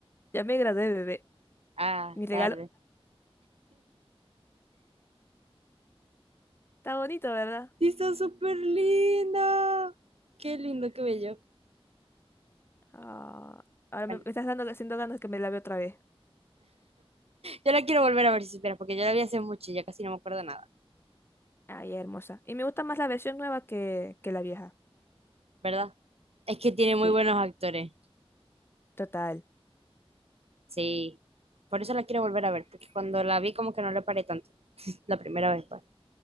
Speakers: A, on the left; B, on the right.
A: Ya me gradué, bebé.
B: Ah,
A: Y mi regalo
B: tarde.
A: está bonito, ¿verdad?
B: Sí, está súper linda. Qué lindo cabello.
A: Ah, ahora
B: Bueno,
A: me, me estás dando haciendo ganas que me la vea otra vez.
B: yo la quiero volver a ver si supieras, porque yo la vi hace mucho y ya casi no me acuerdo nada,
A: Ay, hermosa. Y me gusta más la versión nueva que, que la vieja.
B: ¿verdad? Es que tiene muy
A: Sí,
B: buenos actores.
A: total.
B: Sí. Por eso la quiero volver a ver, porque cuando la vi como que no le paré tanto. La primera vez, pues.